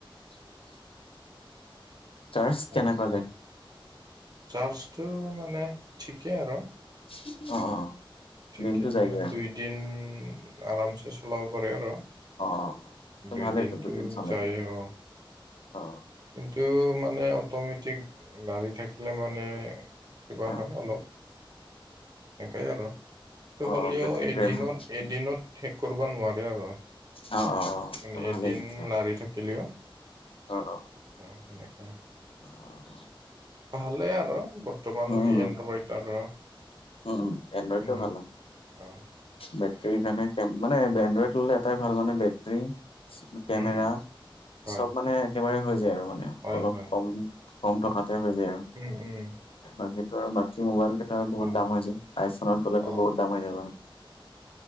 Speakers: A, on the left; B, on the right.
A: <inaudible> চাৰ্জ
B: সেনেকে,
A: কেনেকুৱা যায়
B: চাৰ্জটো মানে ঠিকেই আৰু।
A: অ'।
B: ঠিকে
A: দিনটো যায়গৈ
B: মানে
A: আৰু
B: দুইদিন আৰামছে চলাব পাৰে আৰু।
A: অ অ', অ', ত'
B: দুই
A: ভালেইতো
B: দিনটো
A: দুদিন চলে
B: যায়ে, অ'।
A: অ
B: কিন্তু মানে অট'মেটিক, লাৰি থাকিলে মানে কিবা
A: অ
B: হ'য় অলপ, একেই আৰু। সেটো
A: অ
B: হ'লেও
A: বেটেৰী
B: এদিনত,
A: ড্ৰেইন হয়
B: এদিনত শেষ কৰিব নোৱাৰে আৰু।
A: অ', অ',
B: মানে
A: ভালেই
B: এদিন
A: অ',
B: লাৰি থাকিলেওঁ।
A: অ'।
B: অ', তেনেকুৱা।
A: অ'।
B: ভালেই আৰু বৰ্তমানলৈকে
A: উম,
B: এনড্ৰইড আৰু।
A: উম উম, এণ্ড্ৰইডতো
B: উম
A: এ ভাল।
B: অ'।
A: বেটৰীৰ কাৰণে, মানে এনড্ৰইড ল'লে এটাই ভাল মানে বেটৰী কেমেৰা,
B: উম উম হয়
A: চব মানে একেবাৰে হৈ যায় আৰু মানে,
B: হয়
A: অলপ
B: হয়
A: কম কম টকাতে হৈ যায় আৰু।
B: উম উম।
A: বাকীটো আৰু বাকী মোবাইল কেইটা বহুত
B: অ
A: দাম হৈ যায়, আইফোনত গ'লেতো
B: অ
A: বহুত দাম হৈ যায় বাৰু।